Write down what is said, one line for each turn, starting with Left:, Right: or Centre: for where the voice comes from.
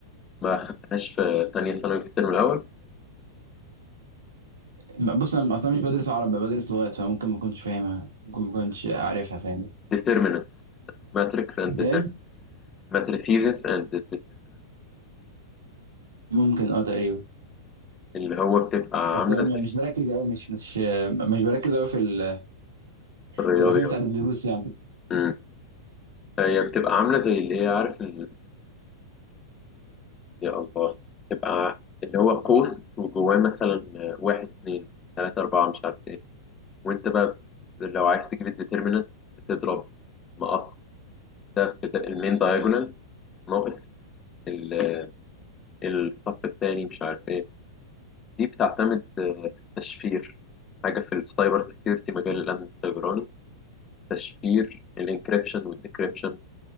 Left: ما خدتهاش في تانية ثانوي في الترم الأول
Right: م- بص انا اصلا مش بدرس عربي بدرس لغات فممكن ما كنتش فاهمها ممكن ما كنتش عارفها فاهم
Left: ديترمينانت ماتريكس اند
Right: ايه
Left: ماتريسيز اند
Right: ممكن اه تقريبا
Left: اللي هو بتبقى
Right: بس
Left: عاملة
Right: م-
Left: زي
Right: مش بركز قوي مش مش آه، مش بركز قوي في ال...
Left: الرياضيات
Right: في الاسامي بتاعت الدروس يعني
Left: مم. هي بتبقى عاملة زي اللي هي عارف ال... يا الله بتبقى اللي هو قوس وجواه مثلا واحد اتنين تلاتة أربعة مش عارف ايه وانت بقى لو عايز تجيب الديترمينانت بتضرب مقص ده بت- المين دايجونال ناقص ال- الصف التاني مش عارف ايه دي بتعتمد آه، في التشفير حاجة في السايبر سيكيورتي مجال الأمن السيبراني تشفير الانكريبشن والديكريبشن